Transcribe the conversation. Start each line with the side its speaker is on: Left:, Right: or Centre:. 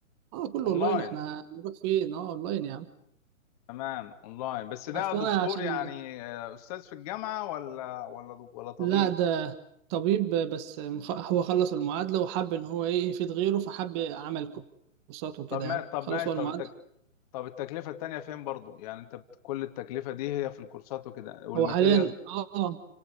Right: أه كله
Left: اونلاين
Right: أونلاين إحنا نروح فين أه أونلاين يا عم
Left: تمام اونلاين بس ده
Right: أصل
Left: دكتور
Right: أنا عشان
Left: يعني آه، استاذ في الجامعه ولا ولا دك- ولا طبيب
Right: لا ده طبيب بس مخ- هو خلص المعادلة وحب إن هو إيه يفيد غيره فحب عمل كورسات وكده
Left: طب ما
Right: يعني
Left: طب
Right: خلص
Left: ماشي
Right: هو
Left: طب
Right: المعادلة
Left: التك... طب التكلفه التانيه فين برضو يعني انت بت- كل التكلفه دي هي في الكورسات وكده والماتيريال
Right: هو حاليا أه